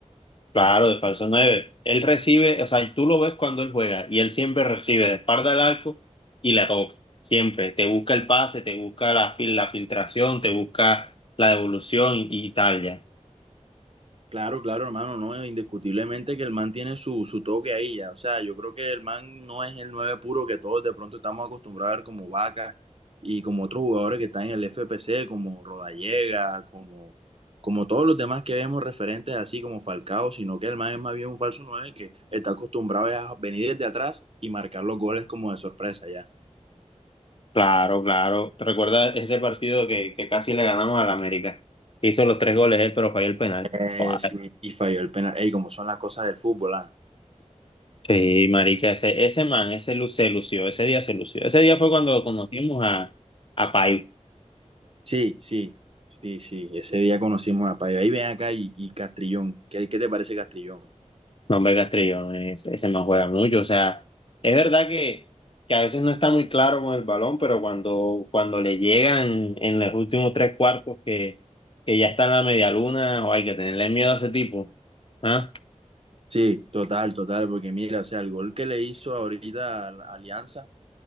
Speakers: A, on the left (about 45°); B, on the right (about 50°).
A: Claro, de falso 9. Él recibe, o sea, tú lo ves cuando él juega y él siempre recibe de espalda al arco y la toca. Siempre. Te busca el pase, te busca la, fil- la filtración, te busca la devolución y tal ya.
B: Claro, claro, hermano, no, indiscutiblemente que el man tiene su, su toque ahí ya. O sea, yo creo que el man no es el nueve puro que todos de pronto estamos acostumbrados a ver como Vaca y como otros jugadores que están en el FPC, como Rodallega, como, como todos los demás que vemos referentes así como Falcao, sino que el man es más bien un falso nueve que está acostumbrado a venir desde atrás y marcar los goles como de sorpresa ya.
A: Claro, claro. ¿Te recuerdas ese partido que, que casi le ganamos al América? Hizo los tres goles él, pero falló el penal.
B: Eh,
A: Guau.
B: sí, y falló el penal. Ey, como son las cosas del fútbol, ah.
A: Sí, marica, ese, ese man, ese lu- se lució, ese día se lució. Ese día fue cuando conocimos a, a Paiva.
B: Sí, sí, sí, sí. Ese día conocimos a Paiva. Ahí ven acá y, y Castrillón. ¿Qué, qué te parece Castrillón?
A: No, hombre, Castrillo, ese, ese man juega mucho. O sea, es verdad que, que a veces no está muy claro con el balón, pero cuando, cuando le llegan en los últimos tres cuartos que, que ya está en la media luna, o hay que tenerle miedo a ese tipo. ¿Ah?
B: Sí, total, total, porque mira, o sea, el gol que le hizo ahorita a la Alianza,